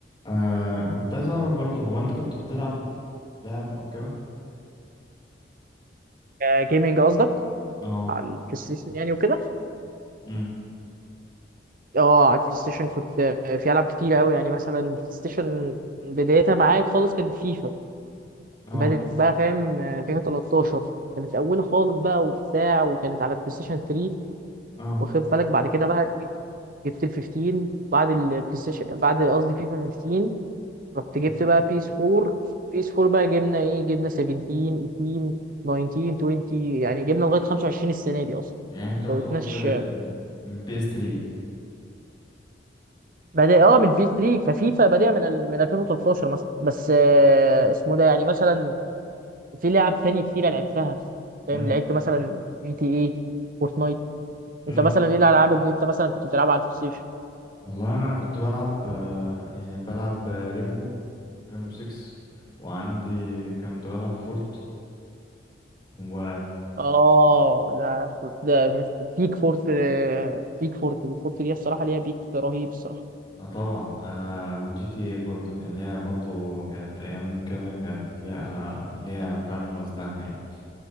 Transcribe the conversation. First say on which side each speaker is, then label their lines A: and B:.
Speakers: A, on the left; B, on the right.
A: آه كنت عايز اعرف برضه هو انت كنت بتلعب لعب او كده
B: جيمنج قصدك
A: اه
B: على البلاي ستيشن يعني وكده
A: امم
B: اه على البلاي ستيشن كنت في العاب كتير قوي يعني مثلا البلاي ستيشن بدايتها معايا خالص كان فيفا
A: اه
B: بدأ بقى فاهم فيفا 13 كانت اولى خالص بقى وبتاع وكانت على بلاي ستيشن 3
A: اه
B: واخد بالك بعد كده بقى إيه، جبت ال 15 بعد البلاي ستيشن بعد قصدي فيفا 15 رحت جبت
A: مم.
B: بقى بيس 4 بيس 4 بقى جبنا ايه جبنا 17 18 19 20 يعني جبنا لغايه 25 السنه دي اصلا
A: يعني انت
B: ما فوتناش
A: يعتبر بادئ من بي اس 3
B: بادئ اه من بي 3 كفيفا بادئه من ال- من 2013 مثلا بس آه، اسمه ده يعني مثلا في لعب تانية كتيرة لعبتها فاهم
A: امم
B: لعبت مثلا جي تي اي فورتنايت
A: امم
B: انت مثلا ايه الالعاب اللي انت مثلا كنت بتلعبها على البلاي ستيشن
A: والله انا كنت بلعب آه يعني بلعب آه، ريمبو ريمبو 6 وعندي كنت بلعب فورت و
B: اه لا فورت- ده بيك فورت آه، بيك فورت فورت دي الصراحه ليها بيك رهيب الصراحه
A: آه طبعا آه والجي تي اي برضه كان ليها برضه كانت ايام كده كانت ليها ليها فعلا وزنها يعني